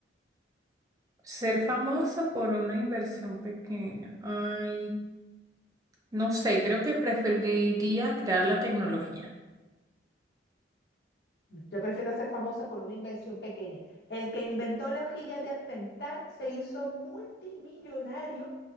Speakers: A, on the right; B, on the left.
A: Ser famoso por una inversión pequeña. Ay, no sé, creo que preferiría crear la tecnología.
B: Yo prefiero ser famosa por una invención pequeña. El que inventó la hojilla de afeitar se hizo multimillonario